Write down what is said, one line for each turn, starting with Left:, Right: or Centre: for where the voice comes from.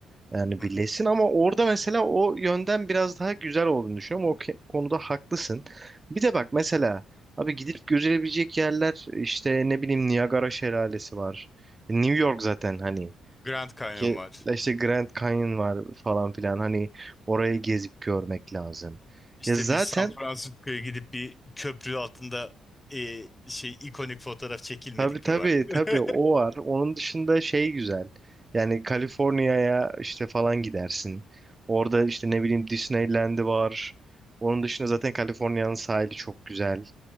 Right: Yani
Left: Hı
Right: birleşsin
Left: hı.
Right: ama orada mesela o yönden biraz daha güzel olduğunu düşünüyorum. O ke- konuda haklısın. Bir de bak mesela abi gidip görülebilecek yerler işte ne bileyim Niagara Şelalesi var. New York zaten hani
Left: Grand Canyon
Right: ki
Left: var.
Right: işte Grand Canyon var falan filan hani orayı gezip görmek lazım.
Left: İşte
Right: Ya zaten
Left: bir San Francisco'ya gidip bir köprü altında e, şey ikonik fotoğraf çekilmedik
Right: Tabii tabii
Left: mi var? <laughs>
Right: tabii o var. Onun dışında şey güzel. Yani Kaliforniya'ya işte falan gidersin. Orada işte ne bileyim Disneyland'i var. Onun dışında zaten Kaliforniya'nın sahili çok güzel.